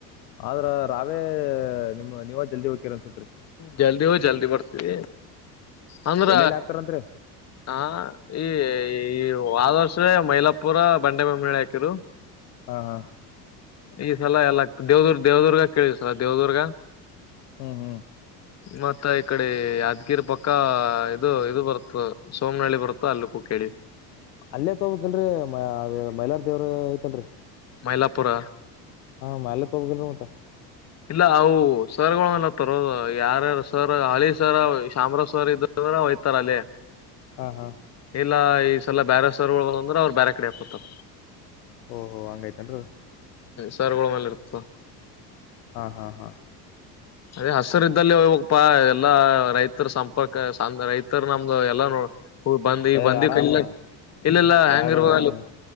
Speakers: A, on the left; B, on the left.
A: ಆದ್ರ ರಾವೇ ನಿಮ್ ನೀವ ಜಲ್ದಿ ಹೋಕಿರ ಅನ್ಸತ್ರಿ.
B: ಜಲ್ದಿ ಹೋಗಿ ಜಲ್ದಿ ಬರ್ತೀವಿ. ಅಂದ್ರ
A: ಎಲ್ಲೆಲ್ಲಿ ಹಾಕ್ತಾರಂತ್ರಿ
B: ಹ ಈ ಹ್ವಾದರ್ಷ. ಮೈಲಾಪುರ ಬಂಡೆ ಬೊಮ್ಮನಳ್ಳಿ ಹಾಕಿರು.
A: ಹಾ ಹಾ
B: ಈ ಸಲ ಎಲ್ಲ ದೇವದುರ್ ದೇವದುರ್ಗ ಕೇಳಿವ ಸಲ ದೇವದುರ್ಗ.
A: ಹ್ಮ್ ಹ್ಮ್
B: ಮತ್ತ ಈ ಕಡೆ ಯಾದ್ಗಿರಿ ಪಕ್ಕ ಇದು ಇದು ಬರುತ್ತ ಸೋಮನಹಳ್ಳಿ ಬರುತ್ತ ಅಲ್ಲಿಕೂ ಕೇಳಿವಿ.
A: ಅಲ್ಲೇ ತೋಬೇಕಿಲ್ರಿ ಮೈಲಾರ ದೇವ್ರ ಐತಲ್ರರಿ.
B: ಮೈಲಾಪೂರ.
A: ಹಾ ಮ್ಯಾಲೆ ತೋಬೇಕಿಲ್ರಿ ಮತ್ತ.
B: ಇಲ್ಲ ಅವು ಸರ್ಗಳ ತರ ಯಾರಾರ ಸರ್ ಹಳಿ ಸರ ಶಾಮ್ರ ಸರ್ ಇದ್ರ ಹೂಯ್ತಾರ ಅಲ್ಲೆ.
A: ಹಾ ಹಾ
B: ಇಲ್ಲ. ಲ್ಲ ಬ್ಯಾರೆ ಸೋರ್ಗೋಳಂದ್ರ ಬ್ಯಾರೆ ಕಡೆ ಹಾಕೊತರ.
A: ಓಹೋ ಹಂಗೈತನ್ರೀ ಅದ.
B: ಸರಗೋಳ ಮೇಲೆ ಇರ್ತದ.
A: ಹಾ ಹಾ ಹಾ
B: ಅದೇ ಹಸರು ಇದ್ದಲ್ಲಿ ಹೋಗಪಾ ಎಲ್ಲಾ ರೈತರ ಸಂಪರ್ಕ ಸಣ್ಣ ರೈತರ ನಮ್ದು ಎಲ್ಲ ನೋ ಹ ಬಂದ್ ಈ
A: ಏ
B: ಬಂದಿ
A: ಆರಾಮ
B: ಕ ಇಲ್ಲ ಇಲ್ಲ ಹೆಂಗ
A: ಎರಡುವರೆ
B: ಇರ್ಬ
A: ತಿಂಗ್ಳು